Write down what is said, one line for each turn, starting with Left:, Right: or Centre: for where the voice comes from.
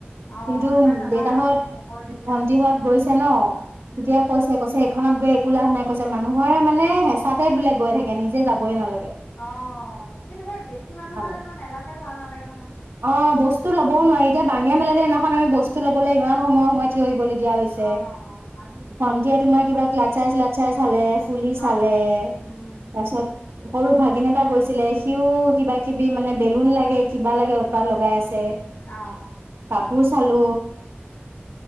Left: অ অ
Right: কিন্তু
Left: এবাৰ যাবা
Right: দেউতাহঁত
Left: শেষৰ যেতিয়া
Right: ভন্টিহঁত গৈছে ন, তেতিয়া
Left: উম
Right: কৈছে কৈছে খনত গৈ একো লাভ নাই কৈছে মানুহৰ মানে হেঁচাতে বোলে গৈ থাকে নিজে যাবই নালাগে।
Left: অ কিন্তু সেই বেছি মানুহ হ'লে।
Right: অ
Left: তোমাৰ মেলা চাইও ভাল নালাগে নহয়
Right: বস্তু ল'বও নোৱাৰি এতিয়া বাঙিয়া মেলাতে এদিনাখন আমি বস্তু। ল'বলৈ ইমান সময় সময় থিয় দিব লাগিব। দিয়া হৈছে
Left: অ মানুহ ভিৰ
Right: ভন্ন্তিয়ে
Left: যে
Right: তোমাৰ কিবা ক্লাচাই চ্লাচাই চালে ফুলি
Left: অ
Right: চালে
Left: উম
Right: তাৰপিছত। সৰু ভাগিন এটা গৈছিলে সিওঁ কিবা কিবি মানে বেলুন লাগে কিবা লাগে উৎপাত লগাই আছে। চে
Left: অ
Right: কাপোৰ চালো।